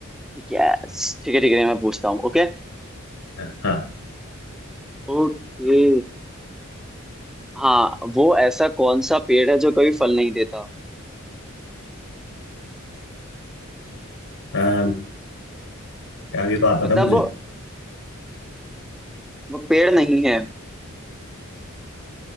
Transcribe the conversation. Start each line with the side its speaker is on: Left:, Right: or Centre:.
Centre: यस ठीक है ठीक है मैं पूछता हूँ ओके
Left: <laughs> हाँ
Centre: ओके हाँ वो ऐसा कौन सा पेड़ है जो कभी फल नहीं देता
Left: अम, यार ये तो आता
Centre: मतलब
Left: था मुझे
Centre: वो वो पेड़ नहीं है